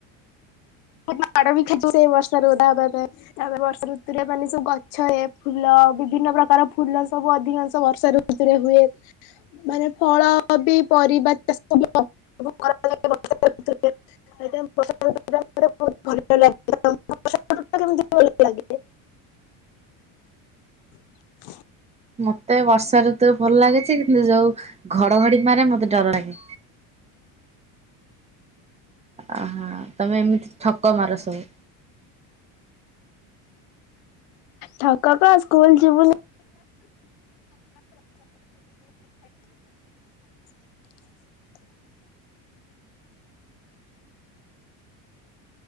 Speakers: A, on the left; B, on the right.
A: ମାଡ ବି ଖାଇଚି ସେ ବର୍ଷା ରେ ଓଦା ହବା ପାଇଁ। ଆମେ ବର୍ଷା ଋତୁରେ ମାନେ ସବୁ ଗଛ, ଏ ଫୁଲ ବିଭିନ୍ନ ପ୍ରକାର ଫୁଲ ସବୁ ଅଧିକାଂଶ ବର୍ଷା ଋତୁରେ ହୁଏ। ମାନେ ଫଳ ବି ପରିବା ଚାଷ ବି କରାଯାଏ ବର୍ଷାଋତୁରେ। <unintelligible> ତମ ସେପଟ ଟା କେମିତି ଭ ଲାଗେ? <unintelligible>
B: ମତେ ବର୍ଷା ଋତୁ ଭଲ ଲାଗେ ଯେ, କିନ୍ତୁ ଯୋଉ ଘଡଘଡି ମାରେ ମତେ ଡର ଲାଗେ। ଆ ହ ତମେ ଏମିତି ଠକ ମାର ସବୁ?
A: ଠକ କଅଁ, ସ୍କୁଲ ଯିବୁନି <unintelligible> <inaudible>